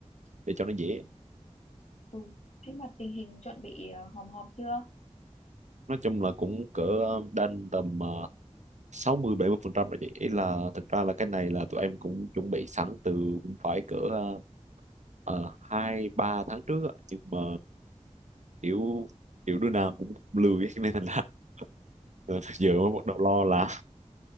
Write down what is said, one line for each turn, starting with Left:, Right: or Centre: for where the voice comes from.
Right: để cho nó dễ
Left: ừ. thế mà tình hình chuẩn bị ờ, hòm hòm chưa
Right: nói chung là cũng cỡ đanh tầm ờ, sáu mươi bảy mươi phần trăm rồi vậy ý là thực ra là cái này là tụi em cũng chuẩn bị sẵn từ cũng phải cỡ ờ, ờ, hai ba tháng trước á. nhưng mà kiểu kiểu đứa nào cũng lười <laughs> nên thành ra <laughs> giờ mới bắt đầu lo là